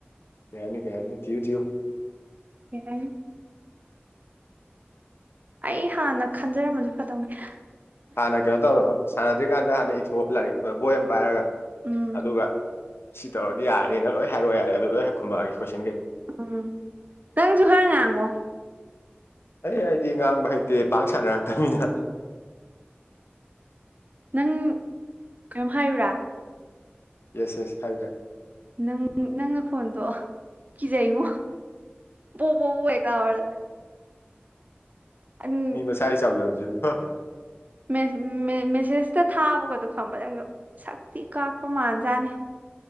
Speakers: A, on the left; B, on the right.
A: ꯀꯩ ꯍꯥꯏꯅꯤ ꯀꯩ ꯍꯥꯏꯅꯤ ꯊꯤꯌꯨ ꯊꯤꯌꯨ
B: ꯀꯩ ꯍꯥꯏꯅꯤ ꯑꯩ ꯍꯥꯟꯅ ꯈꯟꯖꯔꯝꯃꯖꯨ ꯐꯗꯧꯅꯤ
A: ꯍꯥꯟꯅ ꯀꯩꯅꯣ ꯇꯧꯔꯣ ꯁꯥꯟꯅꯗ꯭ꯔꯤꯀꯥꯟꯗ ꯍꯥꯟꯅ ꯏꯊꯣꯛꯑꯣ ꯂꯥꯏꯔꯤꯛꯇ ꯕꯣꯏ ꯑꯝ ꯄꯥꯏꯔꯒ
B: ꯎꯝ
A: ꯑꯗꯨꯒ ꯁꯤ ꯇꯧꯔꯗꯤ ꯌꯥꯔꯅꯤꯅ ꯂꯣꯏ ꯍꯥꯏꯔꯛꯑꯣ ꯌꯥꯔꯦ ꯑꯗꯨ ꯂꯣꯏ ꯍꯦꯛ ꯈꯨꯝꯃꯛꯑꯒꯦ ꯀꯣꯏꯁꯟꯒꯩ
B: ꯎꯝ ꯅꯪꯖꯨ ꯈꯔ ꯉꯥꯡꯉꯣ
A: ꯍꯩ ꯑꯩꯗꯤ ꯉꯥꯡꯕ ꯍꯩꯇꯦ ꯄꯥꯡ ꯁꯥꯟꯅꯔꯛꯇꯝꯅꯤꯅ
B: ꯅꯪ ꯀꯩꯅꯣꯝ ꯍꯥꯏꯌꯨꯔꯥ
A: ꯌꯦꯁ ꯌꯦꯁ ꯍꯥꯏꯌꯨ ꯍꯥꯏꯌꯨ
B: ꯅꯪ ꯅꯪ ꯅꯈꯣꯟꯗꯣ ꯀꯤꯖꯩꯉꯣ ꯕꯣ ꯕꯣ ꯕꯣ ꯍꯦꯛ ꯂꯥꯎꯔꯗ <unintelligible>
A: ꯃꯁꯥꯏ ꯆꯥꯎꯖꯕꯖꯤꯕꯨ ꯍꯥ
B: ꯃꯦ ꯃꯦ ꯃꯦꯁꯦꯁꯇ ꯊꯥꯕꯒꯗꯣ ꯈꯪꯕ ꯅꯪꯗꯣ ꯁꯛ ꯊꯤ ꯀꯥꯛꯄ ꯃꯥꯟꯖꯥꯠꯅꯦ